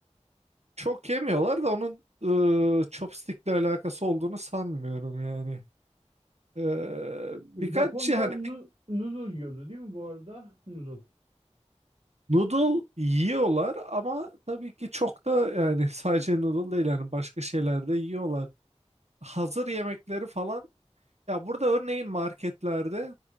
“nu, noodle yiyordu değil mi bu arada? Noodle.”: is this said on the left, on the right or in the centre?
Right